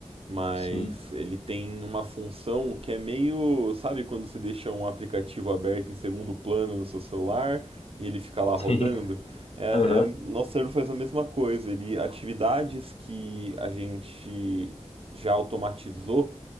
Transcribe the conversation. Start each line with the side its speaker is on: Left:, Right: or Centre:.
Right: mas
Left: Sim,
Right: ele tem uma função que é meio, sabe quando você deixa um aplicativo aberto em segundo plano no seu celular e ele fica lá
Left: sim.
Right: rodando? É,
Left: <laughs> Aham,
Right: é- nosso cérebro faz a mesma coisa, ele atividades que a gente já automatizou